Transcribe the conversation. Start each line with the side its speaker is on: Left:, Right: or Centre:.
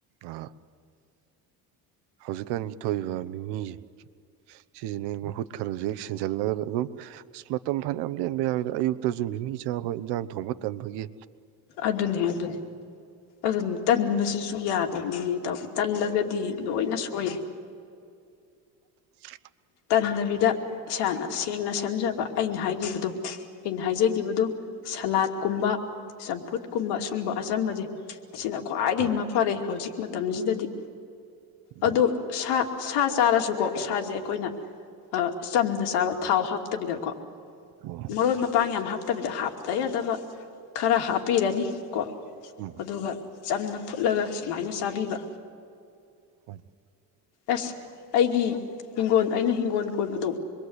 Right: ꯑ ꯍꯧꯖꯤꯛꯀꯥꯟꯒꯤ ꯊꯣꯛꯏꯕ ꯃꯤꯃꯤꯁꯦ ꯁꯤꯁꯤꯅ ꯃꯍꯨꯠ ꯈꯔꯁꯨ ꯍꯦꯛ ꯁꯤꯦꯟꯖꯜꯂꯒ ꯑꯗꯨꯝ ꯑ ꯃꯇꯝ ꯐꯥꯅ ꯌꯥꯝ ꯂꯦꯟꯕ ꯌꯥꯎꯋꯤꯗ ꯑꯌꯨꯛꯇꯁꯨ ꯃꯤꯃꯤ ꯆꯥꯕ ꯏꯟꯖꯥꯡ ꯊꯣꯡꯕ ꯇꯕꯒꯤ
Left: ꯑꯗꯨꯅꯦ ꯑꯗꯨꯅꯤ ꯑꯗꯨꯅꯤ ꯇꯟꯕꯁꯤꯁꯨ ꯌꯥꯔꯦ ꯅꯤ ꯇ ꯇꯜꯂꯛ ꯗꯤ ꯂꯣꯏꯅ ꯁꯣꯏꯔꯦ
Right: <unintelligible>
Left: ꯇꯟꯗꯕꯤꯗ ꯏꯁꯥꯅ ꯁꯦꯡꯅ ꯁꯦꯝꯖꯕ ꯑꯩꯅ ꯍꯥꯏꯈꯤꯕꯗꯨ ꯑꯩꯅ ꯍꯥꯏꯖꯒꯤꯕꯗꯨ ꯁꯂꯥꯠꯀꯨꯝꯕ ꯆꯝꯐꯨꯠꯀꯨꯝꯕ ꯁꯨꯝꯕ ꯑꯆꯝꯕꯁꯦ ꯑꯁꯤꯅ ꯈ꯭ꯋꯥꯏꯗꯒꯤ
Right: ꯍꯣꯏ
Left: ꯃ ꯐꯔꯦ ꯍꯧꯖꯤꯛ ꯃꯇꯝꯁꯤꯗꯗꯤ
Right: ꯎꯝ
Left: ꯑꯗꯨ ꯁꯥ ꯁꯥ ꯆꯥꯔꯁꯨꯀꯣ ꯁꯥꯁꯦ ꯑꯩꯈꯣꯏ ꯑ ꯆꯝꯅ ꯆꯥꯕ ꯊꯥꯎ ꯍꯥꯞꯄ ꯍꯥꯞꯇꯕꯤꯗꯀꯣ
Right: ꯑꯣ
Left: ꯃꯔꯣꯟ ꯃꯄꯥꯡ ꯌꯥꯝ ꯍꯥꯞꯇꯕꯤꯗ ꯍꯥꯞꯄ ꯇ ꯌꯥꯗꯕ ꯈꯔ ꯍꯥꯞꯄꯤꯔꯅꯤ ꯀꯣ
Right: ꯎꯝ
Left: ꯑꯗꯨꯒ ꯆꯝꯅ ꯐꯨꯠꯂꯒ ꯁꯨꯃꯥꯏꯅ ꯆꯥꯕꯤꯕ
Right: ꯍꯣꯏꯅꯦ
Left: ꯑꯁ ꯑꯩꯒꯤ ꯍꯤꯡꯒꯣꯟ ꯑꯩꯅ ꯍꯤꯡꯒꯣꯜ ꯀꯣꯏꯕꯗꯣ